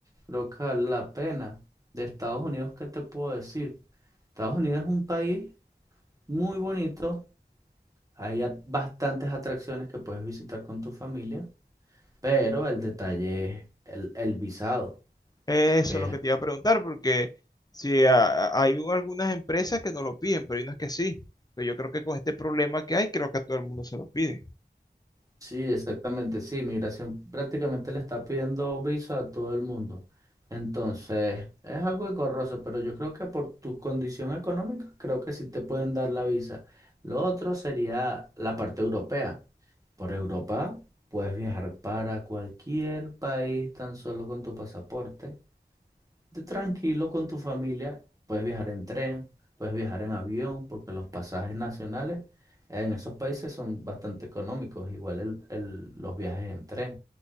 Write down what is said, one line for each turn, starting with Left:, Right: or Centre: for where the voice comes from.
Right: creo que vale la pena. De Estados Unidos, ¿qué te puedo decir? Estados Unidos es un país muy bonito. Hay a- bastantes atracciones que puedes visitar con tu familia, pero el detalle es el, el visado,
Left: Eso
Right: que
Left: es lo que
Right: es
Left: te iba a preguntar porque si hay algunas empresas que no lo piden, pero hay unas que sí. Pero yo creo que con este problema que hay, creo que a todo el mundo se lo piden.
Right: Sí, exactamente, sí, migración prácticamente le está pidiendo visa a todo el mundo. Entonces, es algo engorroso, pero yo creo que por tu condición económica, creo que sí te pueden dar la visa. Lo otro sería la parte europea. Por Europa puedes viajar para cualquier país tan solo con tu pasaporte de tranquilo con tu familia. Puedes viajar en tren, puedes viajar en avión, porque los pasajes nacionales en esos países son bastante económicos, igual el- el- los viajes en tren.